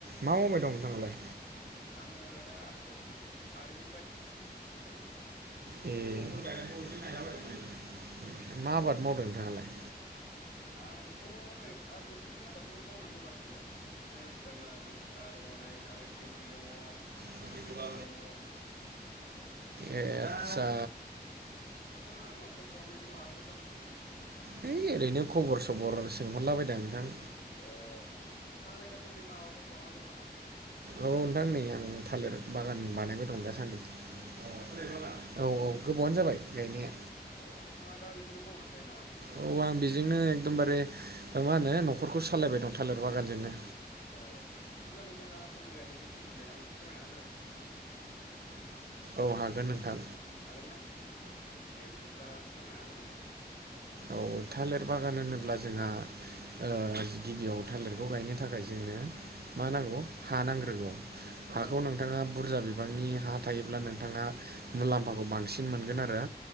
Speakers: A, on the right; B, on the left.
A: मा मावबबाय दं नोंथाङालाय?
B: आङो दासो बारिनिफ्राय फैदों बिदिनो
A: दंफां
B: मैगंफोर गायनायखौ एसे
A: नायलाबायदों
B: नायलाबायायदोंमोन
A: माने।
B: आं नोंथां
A: मा आबाद मावदों नोंथाङालाय
B: आंथ' नै दा बोथोरनि आबादखौनो मावनानै दंगासिनो बिदिनो फोरला जिंखा दङ नै आरो भिन्दि दङ
A: खांख्रि
B: खांख्रिखला
A: खला
B: दङ
A: ए आतसा
B: दा नोंथाङा आंनाव कल खालामनायनि माबाफोर जाहोन दंमोन नामा?
A: है ओरैनो खबर सबर सोंहरलाबायदां नोंथां
B: अ नोंथाङालाय दासान्दि माबाफोर खालामना दं नामा?
A: औ नोंथां नै आं थालिर बागान बानायबाय दं दासान्दि अ
B: अ थालिर बागान
A: औ औ गोबावानो जाबाय गायनाया
B: अ नोंथाङा दा बेखौनो मावनानै थायो नामा बिदिब्ला?
A: औ आं बेजोंनो एकदमबारे मा होनो न'खरखौ सालायबाय दं थालिर बागानजोंनो
B: अ बिदिब्ला नोंथाङा थालिरायनायनि सोमोन्दै आंनो फोरमायना होनो हागोन नामा?
A: औ हागोन नोंथां
B: हागोन ना दे बिदिब्ला फोरमायना होदो नोंथां
A: औ थालिर बागान होनोब्ला जोंहा ओ गिबियाव थालिरखौ गायनो थाखाय जोंनो मा नांगौ हा नांग्रोगौ हाखौ
B: औ
A: नोंथाङा
B: औ
A: बुरजा बिबांनि हा थायोब्ला नोंथाङा मुलाम्फाखौ बांसिन मोनगोन आरो